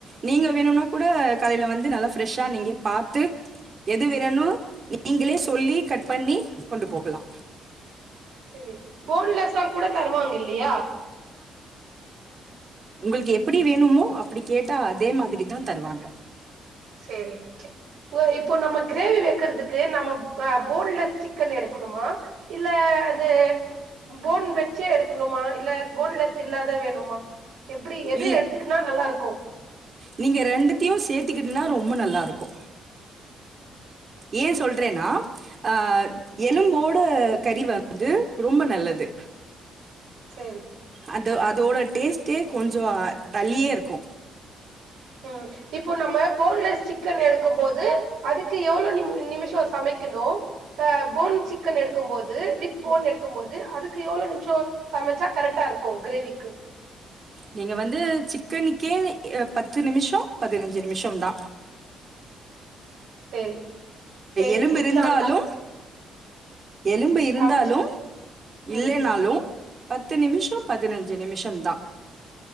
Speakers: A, on the right (about 40°); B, on the right (about 80°).
A: நீங்க வேணுனா கூட காலைல வந்து நல்லா ஃபிரெஷ்ஷா நீங்க பாத்து எது வேணுனு நீங்களே சொல்லி கட் பண்ணி கொண்டு போகுலா
B: சேரி போன்லெஸ்ஸா கூட தருவாங்கில்லியா
A: உங்கள்க்கு எப்புடி வேணுமோ அப்படி கேட்டா அதே மாதிரிதா தருவாங்க
B: சேரி ஓகே உங் இப்போ நம்ம கிரேவி வெக்கறதுக் கு நம்மோ ப போன்லெஸ் சிக் கன் எடுக்குணுமா இல்ல அது போன் வெச்சு எடுக்கணுமா இல்ல போன்லெஸ் இல்லாத வேணுமா எப்டி எது
A: இல்ல
B: எடுத்துக்குன்னா நல்லா இருக்கு
A: நீங்க ரெண்டத்தியு சேத்துக்கிட்ன்னா ரொம்ப நல்லாருக்கு ஏ சொல்றேனா அஹ் எலும்போட கறி வந்து ரொம்ப நல்லது
B: சேரி
A: அது அதோட டேஸ்டே கொஞ்சோ தள்ளியே இருக்கு
B: உம் இப்போ நம்ம போன்லெஸ் சிக் கன் எடுக்கும்போது அதுக்கு எவ்ளோ நிமி நிமிஷோ சமைக்கணு ப்ப போன் சிக்கன் எடு க்கும்போது வித் போன் எடுக்கும்போ து அதுக்கு எவ்ளோ நிமிஷோ சமைச்சா கரெக்டா இருக்கு கிரேவிக்கு
A: நீங்க வந்து சிக்கனுக்கே பத்து நிமிஷோ பதினஞ்சு நிமிஷம்தா
B: சேரி சேரி
A: எலும்பு
B: இன்ஷா
A: இருந்தாலு
B: அல்லா
A: எலும்பு இருந்தாலு
B: சமைச்சிட்டு ம்
A: இல்லைனாலு பத்து நிமிஷோ பதினஞ்சு நிமிஷம்தா